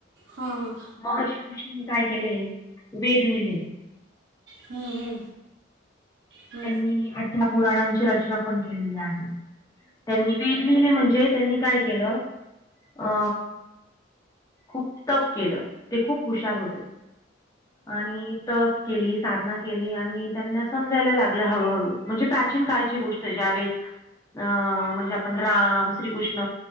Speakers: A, on the right; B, on the left.
A: हां हां
B: महर्षी ऋषींनी काय केले? वेद लिहिले.
A: हो हो हो
B: त्यांनी अठरा पुराणांची रचना पण केलेली आहे. त्यांनी वेद लिहिले म्हणजे, त्यांनी काय केलं, अ खूप तप केलं. ते खूप हुशार होते. आणि तप केली, साधना केली आणि त्यांना समजायला लाग हळूहळू म्हणजे प्राचीन काळची गोष्टय ज्यावेळेस अं म्हणजे आपण राम श्रीकृष्ण